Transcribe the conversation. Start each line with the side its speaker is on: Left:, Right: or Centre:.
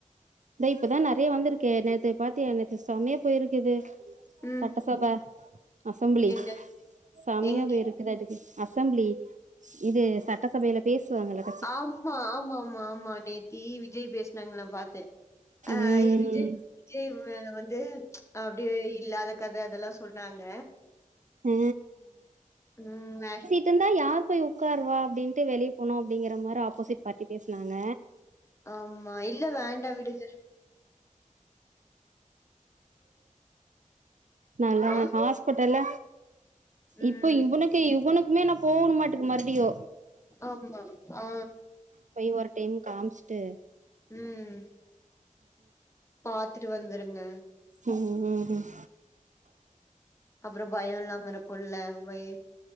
Right: த்த இப்தா நறைய வந்திருக்கே நேத்து பாத்தியா நேத்து செமயா போய்ருக்குது
Left: ம்
Right: சட்டசபா அசம்பிளி
Left: என்ன
Right: சமையா
Left: எங்கி
Right: போய் இருக்குது அதுக் அசம்பிளி இது சட்டசபைல பேசுவாங்கல
Left: ஆமா ஆமா ஆமா ஆமா ஆமா நேத்தி விஜய் பேஸ்னாங்க நா பாத்த அ
Right: ம்
Left: விஜய் விஜய் வந்து அப்டியே இல்லாத கத அதல்லா சொன்னாங்க
Right: ஆ
Left: ம் ந
Right: த்திண்டா யார் போய் உக்கார்வா அப்டின்ட்டு வெளிய போனோ அப்டிங்கற மாரி ஆப்போசிட் பார்டி பேஸ்னாங்க
Left: ஆமா இல்ல வேண்டா விடுங்க
Right: நல்லா
Left: ஆ,
Right: ஹாஸ்பட்டல்ல
Left: ம்.
Right: இப்ப இவனுக் டே இவ்வுனுக்குமே நா போவுட மாட்டக் மறுப்டியு
Left: ஆமா ஆ
Right: போய் ஒரு டைம் காம்ச்ட்டு
Left: ம் பாத்துட்டு வந்துருங்க
Right: ம் ம் ம்
Left: அப்றோ பயோ இல்லாம இருக்குல்ல வய்